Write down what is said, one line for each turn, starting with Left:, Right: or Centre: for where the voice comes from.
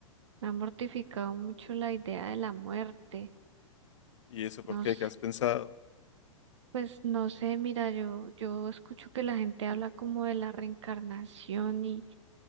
Right: Me ha mortificado mucho la idea de la muerte.
Left: ¿Y eso por
Right: No
Left: qué?
Right: sé,
Left: ¿Qué has pensado?
Right: pues no sé, mira, yo, yo escucho que la gente habla como de la reencarnación y,